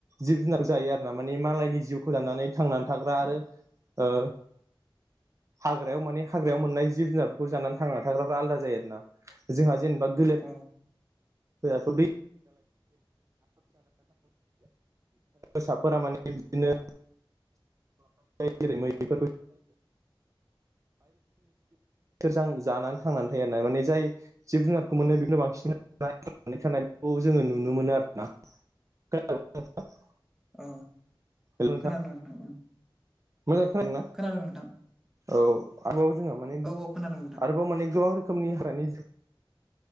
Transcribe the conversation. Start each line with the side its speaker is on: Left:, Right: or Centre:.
Right: जिब जुनार जायो आरो ना माने मालायनि जिउखौ दानानै थांनानै। थाग्रा आरो
Centre: औ
Right: ओ हाग्रायाव माने हाग्रायाव मोननाय जिब जुनारफोरखौ जानानै थांना थाग्राफ्रा आलादा जायो आरो ना। जोंहा जेनेबा गोलेर
Centre: औ
Right: <unintelligible> <unintelligible> माने बिदिनो जेरै मैफोर गेजेरजों जानानै थांनानै थायो ना माने जाय जिब जुनारखौ मोनो बेखौनो बांसिननानै थानायखौ जोङो नुनो मोनो आरोना। <unintelligible>
Centre: ओ
Right: हेल'
Centre: खोनादों ना नोंथां?
Right: मोजां खोनादों ना?
Centre: मोन दा
Right: औ आरोबाव जोंहा माने
Centre: औ खोनादों नोंथां
Right: आरोबाव माने गोबां रोखोमनि हागानि ज